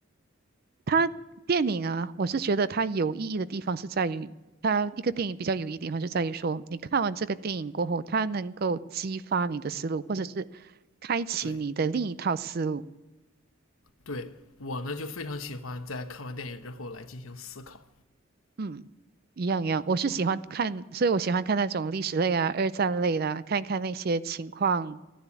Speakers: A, on the right (about 45°); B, on the left (about 80°).
A: 它电影啊，我是觉得它有意义的地方是在于，它一个电影比较有意义的地方是在于说，你看完这个电影过后，它能够激发你的思路，或者是开启你的另一套思路。
B: 对，对我呢就非常喜欢在看完电影之后来进行思考。
A: 嗯，一样一样，我是喜欢看，所以我喜欢看那种历史类啊、二战类的啊，看一看那些情况，